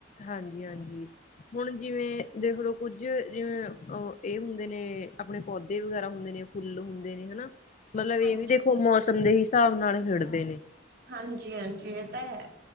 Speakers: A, on the left; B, on the right.
A: ਹਾਂਜੀ- ਹਾਂਜੀ। ਹੁਣ ਜਿਵੇਂ ਦੇਖਲੋ ਕੁੱਝ ਜਿਵੇਂ ਅ ਇਹ ਹੁੰਦੇ ਨੇ, ਆਪਣੇ ਪੌਦੇ ਵਗੈਰਾ ਹੁੰਦੇ ਨੇ ਫੁੱਲ ਹੁੰਦੇ ਨੇ ਹਨਾ, ਮਤਲਬ
B: ਹਾਂਜੀ
A: ਇਹ ਵੀ ਦੇਖੋ, ਮੌਸਮ ਦੇ ਹਿਸਾਬ ਨਾਲ ਖਿੜਦੇ ਨੇ।
B: ਹਾਂਜੀ- ਹਾਂਜੀ, ਇਹ ਤਾਂ ਹੈ।